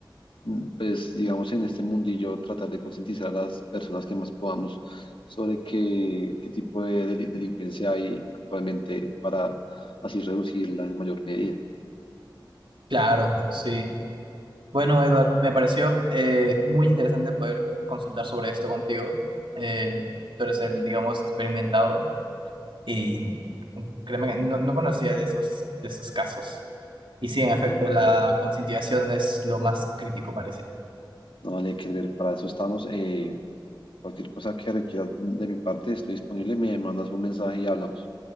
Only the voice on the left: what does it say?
mm, pues digamos en este mundillo tratar de concientizar a las personas que más podamos sobre qué, qué tipo de deli- delincuencia hay actualmente para así reducirla en mayor medida.
No,
no vale que ver, para eso estamos. eh, cualquier cosa que requieras de mi parte, estoy disponible, me mandas un mensaje y hablamos.